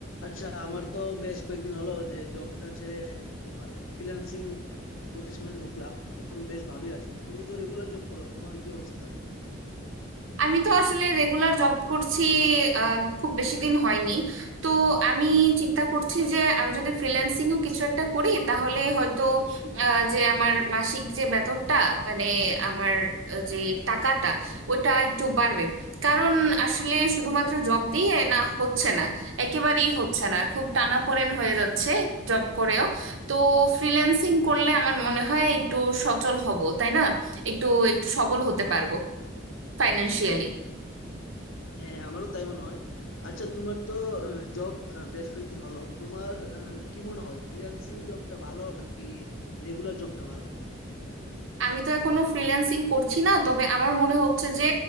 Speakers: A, on the left; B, on the right.
A: আচ্ছা আমার তো বেশ কয়েকদিন হলো যে জবটা ছেড়ে তোমার ফ্রিল্যান্সিং পজিশনে ঢুকলাম এখন বেশ ভালোই আছি তুমি তো রেগুলার জব করো তোমার কি অবস্থা
B: আমি তো আসলে রেগুলার জব করছি আম, খুব বেশি দিন হয়নি তো আমি চিন্তা করছি যে আমি যদি ফ্রিল্যান্সিং ও কিছু একটা করি তাহলে হয়তো আহ, যে আমার মাসিক যে বেতনটা মানে আমার আহ, যে টাকাটা ওটা একটু বাড়বে কারণ আসলে শুধুমাত্র জব দিয়ে না হচ্ছে না একেবারেই হচ্ছে না খুব টানাপোড়েন হয়ে যাচ্ছে জব করেও তো ফ্রিল্যান্সিং করলে আমার মনে হয় একটু সচল হব তাই না একটু একটু সবল হতে পারবো ফাইন্যান্সিয়ালি
A: হ্যাঁ আমারও তাই মনে হয় আচ্ছা তোমার তো জব বেশ কয়েকদিন হলো তোমার আহ, কি মনে হয় ফ্রিল্যান্সিং জবটা ভালো নাকি রেগুলার জবটা ভালো
B: আমি তো এখনো ফ্রিল্যান্সিং করছি না তবে আমার মনে হচ্ছে যে